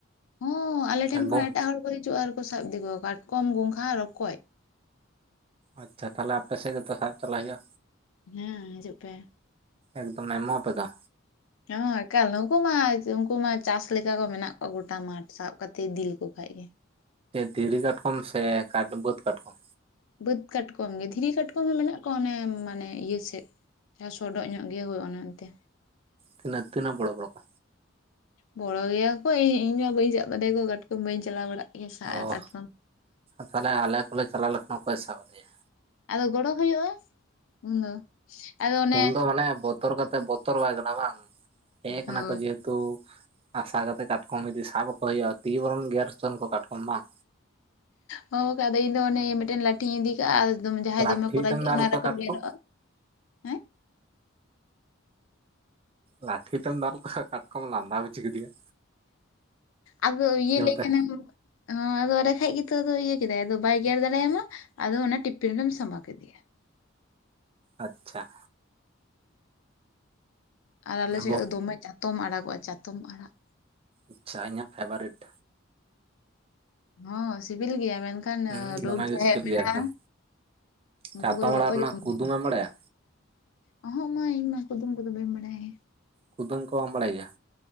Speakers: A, on the left; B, on the right.
A: ᱦᱚᱸ ᱟᱞᱮ ᱴᱷᱮᱱ
B: ᱮᱠᱫᱚᱢ
A: ᱠᱷᱚᱱᱚ ᱮᱴᱟᱜ ᱦᱚᱲ ᱠᱚ ᱦᱤᱡᱩᱜᱼᱟ ᱟᱨᱠᱤ ᱦᱟᱹᱠᱩ ᱥᱟᱵ ᱤᱫᱤ ᱠᱚᱣᱟ ᱠᱟᱴᱠᱚᱢ ᱜᱚᱸᱜᱷᱟ ᱨᱚᱠᱚᱡ
B: ᱟᱪᱪᱷᱟ ᱛᱟᱦᱚᱞᱮ ᱟᱯᱮ ᱥᱮᱫ ᱜᱮ ᱛᱚ ᱥᱟᱵ ᱪᱟᱞᱟᱜ ᱦᱩᱭᱩᱜᱼᱟ
A: ᱦᱮᱸ ᱦᱤᱡᱩᱜ ᱯᱮ
B: ᱮᱠᱫᱚᱢᱮ ᱮᱢᱟᱯᱫᱟ
A: ᱦᱮᱸ ᱮᱠᱟᱞ ᱱᱩᱠᱩ ᱢᱟ ᱩᱱᱠᱩ ᱢᱟ ᱪᱟᱥ ᱞᱮᱠᱟ ᱠᱚ ᱢᱮᱱᱟᱜ ᱠᱚᱣᱟ ᱜᱚᱴᱟ ᱢᱟᱴᱷ ᱥᱟᱵ ᱠᱟᱛᱮᱮᱫ ᱤᱫᱤ ᱞᱮᱠᱚ ᱠᱷᱟᱱ ᱜᱮ
B: ᱫᱷᱤᱨᱤ ᱠᱟᱴᱠᱚᱢ ᱥᱮ ᱠᱟᱴ ᱵᱟᱹᱫᱽ ᱠᱟᱴᱠᱚᱢ
A: ᱵᱟᱹᱫᱽ ᱠᱟᱴᱠᱚᱢ ᱜᱮ ᱫᱷᱤᱨᱤ ᱠᱟᱴᱠᱚᱢ ᱦᱚᱸ ᱢᱮᱱᱟᱜ ᱠᱚᱣᱟ ᱚᱱᱮ ᱢᱟᱱᱮ ᱤᱭᱟᱹ ᱥᱮᱫ ᱡᱟᱦᱟᱸ ᱥᱚᱰᱚᱜ ᱧᱚᱜ ᱜᱮ ᱦᱩᱭᱩᱜᱼᱟ ᱮᱱᱛᱮ
B: ᱛᱤᱱᱟᱹ ᱛᱤᱱᱟᱹᱜ ᱵᱚᱲᱚ ᱵᱚᱲᱚ ᱠᱚ
A: ᱵᱚᱲᱚ ᱜᱮᱭᱟ ᱠᱚ ᱤᱧ ᱢᱟ ᱵᱟᱹᱧ ᱥᱟᱵ ᱫᱟᱲᱮᱭᱟᱠᱚᱣᱟ ᱠᱟᱴᱠᱚᱢ ᱵᱟᱹᱧ ᱪᱟᱞᱟᱣ ᱵᱟᱲᱟᱜ ᱠᱟᱱᱟ ᱤᱧ ᱥᱟ
B: ᱚ
A: ᱟ ᱠᱟᱴᱠᱚᱢ
B: ᱛᱟᱦᱚᱞᱮ ᱟᱞᱮ ᱠᱚᱞᱮ ᱪᱟᱟᱜ ᱞᱮᱠᱷ ᱱᱚᱝᱠᱟᱭ ᱥᱟᱵ ᱟᱞᱮᱭᱟ
A: ᱟᱫᱚ ᱜᱚᱲᱚ ᱦᱩᱭᱩᱜᱼᱟ ᱩᱱᱫᱚ ᱟᱫᱚ ᱚᱱᱮ
B: ᱩᱱ ᱫᱚ ᱢᱟᱱᱮ ᱵᱚᱛᱚᱨ ᱠᱟᱛᱮ ᱵᱚᱛᱚᱨ ᱵᱟᱭ ᱠᱟᱱᱟ ᱵᱟᱝ ᱦᱮᱡ ᱠᱟᱱᱟ
A: ᱦᱳᱭ
B: ᱡᱦ ᱛᱚ ᱟᱥᱟ ᱠᱟᱛᱮᱜ ᱠᱟᱴᱠᱚᱢ ᱤᱫᱤ ᱥᱟᱵ ᱵᱟᱠᱚ ᱦᱩᱭᱩᱜᱼᱟ ᱛᱤ ᱵᱚᱨᱚᱱ ᱜᱮᱨᱪᱚᱱ ᱠᱚ ᱠᱟᱴᱠᱚᱢ ᱵᱟᱝ
A: ᱦᱳᱭ ᱟᱫᱚ ᱤᱧᱫᱚ ᱚᱱᱮ ᱢᱤᱫᱴᱮᱱ ᱞᱴᱷᱤᱧ ᱤᱫᱤ ᱠᱟᱜᱼᱟ ᱡᱟᱦᱟᱸᱭ
B: ᱞᱟᱴᱷᱤ
A: ᱫᱚᱢᱮ ᱠᱚ ᱨᱟᱹᱜᱤᱼᱟ
B: ᱛᱮᱢ ᱫᱟᱞ
A: ᱚᱱᱟ
B: ᱠᱚᱣᱟ
A: ᱨᱮᱠᱚ
B: ᱠᱟᱴᱠᱚᱢ
A: ᱜᱮᱨᱚᱜᱼᱟ ᱦᱮᱸ
B: ᱞᱟᱴᱷᱤ ᱛᱮᱢ ᱫᱟᱞ ᱠᱚᱣᱟ ᱠᱟᱴᱠᱚᱢ ᱞᱟᱸᱫᱟ ᱵᱩᱡᱷᱤ ᱠᱮᱫᱤᱧᱟ
A: ᱟᱫᱚ ᱤᱭᱟ ᱞᱮᱟᱹᱭ‌
B: ᱛᱮ
A: ᱠᱷᱟᱱᱮᱢ ᱦᱚᱸ ᱟᱫᱚ ᱚᱸᱵᱮ ᱠᱷᱟᱡ ᱜᱮᱛᱚ ᱤᱭᱟᱹ ᱠᱮᱫᱟᱭ ᱟᱫᱚ ᱵᱟᱭ ᱜᱮᱨ ᱫᱟᱲᱮᱭᱟᱢᱟ ᱟᱫᱚ ᱚᱱᱟ ᱴᱤᱯᱤᱱ ᱨᱮᱢ ᱥᱟᱢᱵᱟᱣ ᱠᱮᱫᱮᱭᱟ
B: ᱟᱪᱪᱷᱟ
A: ᱟᱨ ᱟᱞᱮᱥᱮᱫ
B: ᱚᱱᱟ ᱵᱚ
A: ᱫᱚ ᱫᱚᱢᱮ ᱪᱟᱛᱚᱢ ᱟᱲᱟᱜᱚᱜᱼᱟ ᱪᱟᱛᱚᱢ ᱟᱲᱟᱜ
B: ᱟᱪᱪᱷᱟ ᱤᱧᱟᱹᱜ ᱯᱷᱮᱵᱟᱨᱤᱮᱴ
A: ᱦᱚᱸ ᱥᱤᱵᱤᱞ ᱜᱮᱭᱟ ᱢᱮᱱᱠᱷᱟᱱ ᱠᱷᱟᱱ
B: ᱦᱩᱸ
A: ᱨᱳᱜᱽ
B: ᱫᱚᱢᱮ
A: ᱡᱟᱦᱟᱸᱭᱟᱜ
B: ᱜᱮ ᱥᱤᱵᱤᱞ
A: ᱢᱮᱱᱟᱜᱼᱟ
B: ᱜᱮᱭᱟ ᱮᱠᱫᱚᱢ
A: ᱩᱱᱠᱩ
B: ᱪᱟᱛᱚᱢ
A: ᱠᱚᱫᱚ
B: ᱟᱲᱟᱜ
A: ᱵᱟᱠᱚ
B: ᱨᱮᱱᱟᱜ
A: ᱡᱚᱢ
B: ᱠᱩᱫᱩᱢᱮᱢ
A: ᱧᱩᱭᱟ
B: ᱵᱟᱲᱟᱭᱟ
A: ᱚᱦᱸᱚᱜ ᱢᱟ ᱤᱧ ᱢᱟ ᱠᱩᱫᱩᱢ ᱠᱚᱫᱚ ᱵᱟᱹᱧ ᱵᱟᱲᱟᱭ
B: ᱠᱩᱫᱩᱢ ᱠᱚ ᱵᱟᱢ ᱵᱟᱲᱟᱭ ᱜᱮᱭᱟ